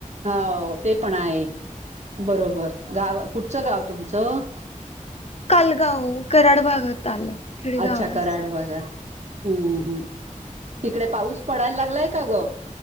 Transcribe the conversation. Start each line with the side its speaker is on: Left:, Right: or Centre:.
Right: हो ते पण आहे बरोबर गाव कुठचं गाव तुमचं?
Left: कालगाव कराड भागात आलं खेडेगाव
Right: अच्छा
Left: आहे.
Right: कराड भागात हम्म हम् तिकडे पाऊस पडायला लागलाय का ग?